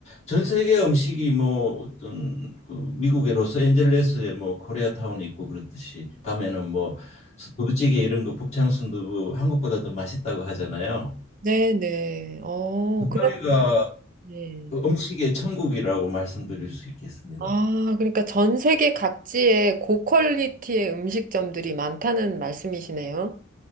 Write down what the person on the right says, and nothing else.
네네. 어,
그럼, 네.
아, 그러니까 전 세계 각지에 고퀄리티의 음식점들이 많다는 말씀이시네요.